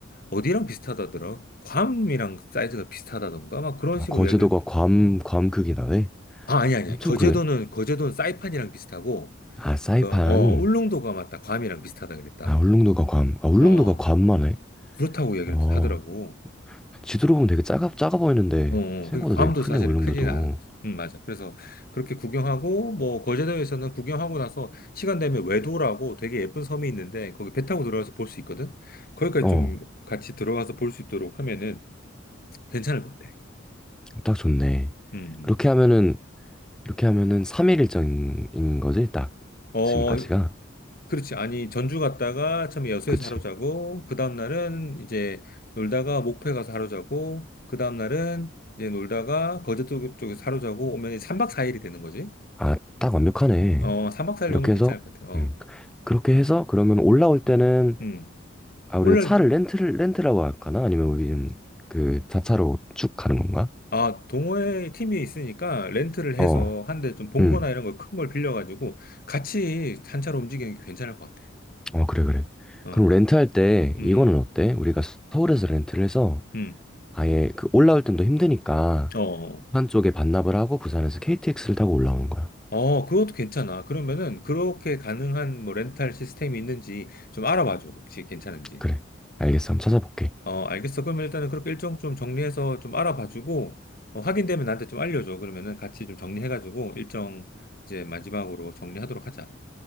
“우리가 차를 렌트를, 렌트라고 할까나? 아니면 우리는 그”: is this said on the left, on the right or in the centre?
Centre